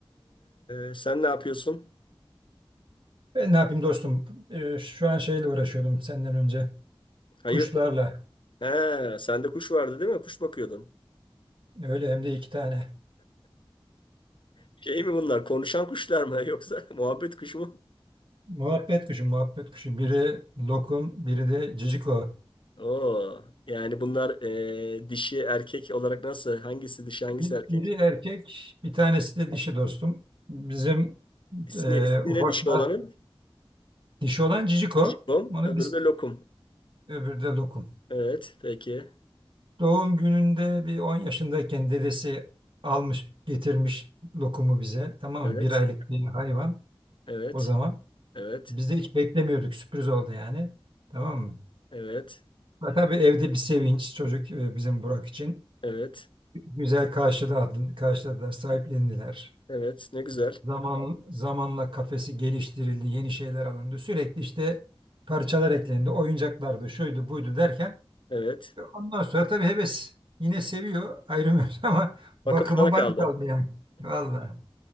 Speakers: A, on the left; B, on the right.
A: E, sen ne yapıyorsun?
B: Ben ne yapayım dostum? Ee, şu an şeyle uğraşıyordum senden önce.
A: Hayırdır?
B: Kuşlarla.
A: He, sende kuş vardı değil mi? Kuş bakıyordun.
B: Öyle hem de iki tane.
A: Şey mi bunlar konuşan kuşlar mı <laughs> yoksa muhabbet kuşu mu?
B: Muhabbet kuşu, muhabbet kuşu. Biri lokum, biri de ciciko.
A: Oo, yani bunlar e, dişi erkek olarak nasıl? Hangisi dişi hangisi
B: Bir-
A: erkek?
B: Biri erkek, bir tanesi de dişi dostum. Bizim
A: İsmi,
B: e,
A: ismi
B: ufakla
A: ne dişi olanın?
B: dişi olan ciciko.
A: Jibom,
B: Onu
A: öbürü
B: biz
A: de lokum.
B: öbürü de lokum.
A: Evet, peki.
B: Doğum gününde bir 10 yaşındayken dedesi almış, getirmiş lokumu bize. Tamam
A: Evet,
B: mı? Bir aylık bir hayvan
A: evet,
B: o zaman.
A: evet,
B: Biz de hiç beklemiyorduk. Sürpriz oldu yani. Tamam mı?
A: evet,
B: Ve tabii evde bir sevinç çocuk e, bizim Burak için.
A: evet,
B: Güzel karşıladı, karşıladılar, sahiplendiler.
A: evet. Ne güzel.
B: Zaman zamanla kafesi geliştirildi, yeni şeyler alındı. Sürekli işte parçalar eklendi, oyuncaklardı, şuydu, buydu derken
A: Evet.
B: e, ondan sonra tabii heves yine seviyor, ayrılmıyoruz <laughs> ama bakımı
A: Bakım sana
B: bana
A: kaldı.
B: kaldı yani. Vallahi.